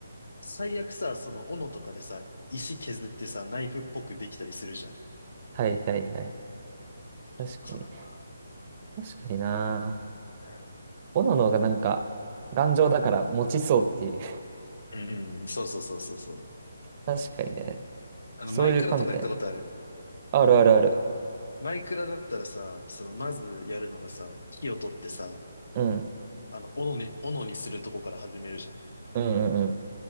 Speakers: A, on the left; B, on the right.
A: 最悪さ、その斧とかでさ、石削ってさ、ナイフっぽくできたりするじゃん。
B: はいはいはい。
A: とかかな。
B: 確かに。確かにな。
A: うん。
B: 斧の方がなんか、頑丈だから持ちそうっていう。
A: うんうん、そうそうそうそうそう。
B: <laughs> 確かにね。
A: あの、
B: そういう観点。
A: マイクラとかやったことある。
B: あるあるある。
A: マイクラだったらさ、その、まずやるのがさ、木を取ってさ、
B: うん。
A: あの、斧に、斧にするとこから始めるじゃん。
B: うんうんうん。